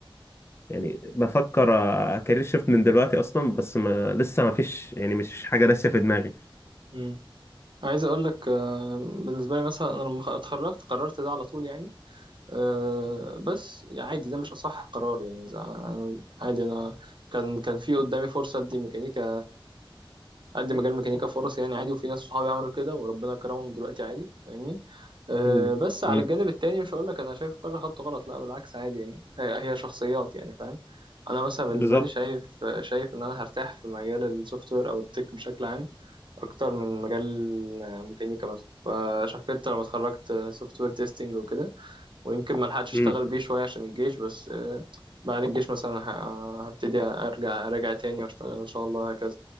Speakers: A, on the left; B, on the right.
A: يعني بفكر كارير شيفت من دلوقتي اصلا بس ما لسه ما فيش يعني مش حاجه راسيه في دماغي
B: مم. عايز اقول لك آه، بالنسبه لي مثلا انا لما اتخرجت قررت ده على طول يعني أه بس يعني عادي ده مش أصح قرار يعني ز- عادي أنا كان كان في قدامي فرصة أدي ميكانيكا أدي مجال ميكانيكا فرص يعني عادي وفي ناس صحابي عملوا كده وربنا كرمهم دلوقتي عادي فاهمني أه
A: مم.
B: بس على
A: مم.
B: الجانب التاني مش هقول لك أنا شايف كل خط غلط لا بالعكس عادي يعني هي هي شخصيات يعني فاهم أنا مثلا بالنسبة
A: بالظبط
B: لي شايف شايف إن أنا هرتاح في مجال السوفت وير أو التك بشكل عام أكتر من مجال ميكانيكا مثلا فشفت لما اتخرجت سوفت وير تيستنج وكده ويمكن ما لحقتش اشتغل
A: مم.
B: بيه شويه عشان الجيش بس آه، بعد الجيش مثلا ه- هبتدي ارجع ارجع تاني واشتغل ان شاء الله هكذا